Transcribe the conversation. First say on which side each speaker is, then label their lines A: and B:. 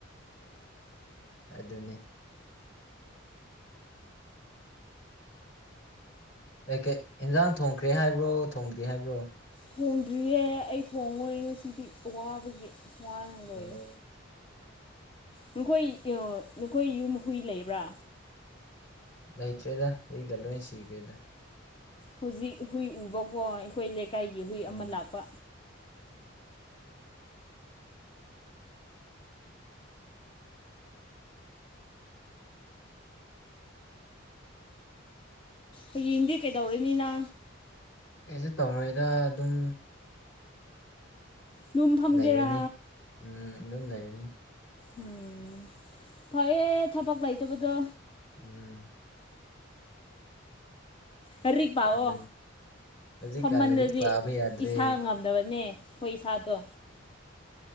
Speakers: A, on the left; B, on the left.
A: ꯑꯗꯨꯅꯤ ꯑꯩ ꯀꯩ ꯏꯟꯖꯥꯡ ꯊꯣꯡꯈ꯭ꯔꯦ ꯍꯥꯏꯕ꯭ꯔꯣ ꯊꯣꯡꯗꯦ ꯍꯥꯏꯕ꯭ꯔꯣ
B: ꯊꯣꯡꯗ꯭ꯔꯤꯌꯦ ꯑꯩ ꯊꯣꯡꯉꯣꯏ ꯉꯁꯤꯗꯤ ꯋꯥꯕꯒꯤ ꯋꯥꯔ ꯂꯣꯏꯔꯦ
A: ꯎꯝ
B: ꯅꯈꯣꯏ ꯎꯝ ꯅꯈꯣꯏ ꯌꯨꯝ ꯍꯨꯏ ꯂꯩꯕ꯭ꯔꯥ
A: ꯂꯩꯇ꯭ꯔꯦꯗ ꯍꯨꯏꯒ ꯂꯣꯏ ꯁꯤꯈ꯭ꯔꯦꯗ
B: ꯍꯧꯖꯤꯛ ꯍꯨꯏ ꯎꯕꯀꯣ ꯑꯩꯈꯣꯏ ꯂꯩꯀꯥꯏꯒꯤ ꯍꯨꯏ
A: ꯎꯝ
B: ꯑꯃ ꯂꯥꯛꯄ ꯍꯌꯦꯡꯗꯤ ꯀꯩꯗꯧꯔꯅꯤꯅ
A: ꯑꯩꯁꯦ ꯇꯧꯔꯣꯏꯗ ꯑꯗꯨꯝ
B: ꯌꯨꯝ ꯐꯝꯒꯦꯔꯥ
A: ꯂꯩꯔꯅꯤ ꯎꯝ ꯑꯗꯨꯝ ꯂꯩꯔꯅꯤ
B: ꯎꯝ ꯐꯩꯌꯦ ꯊꯕꯛ ꯂꯩꯇꯕꯗꯣ
A: ꯎꯝ
B: ꯀꯔꯤꯛ ꯄꯥꯛꯑꯣ
A: ꯑꯗꯨꯅꯤ ꯍꯧꯖꯤꯛꯀꯥꯟ
B: ꯁꯃꯟꯗꯗꯤ
A: ꯂꯥꯏꯔꯤꯛ ꯄꯥꯕ ꯌꯥꯗ꯭ꯔꯦ
B: ꯏꯁꯥ ꯉꯝꯗꯕꯅꯦ ꯑꯩꯈꯣꯏ ꯏꯁꯥꯗꯣ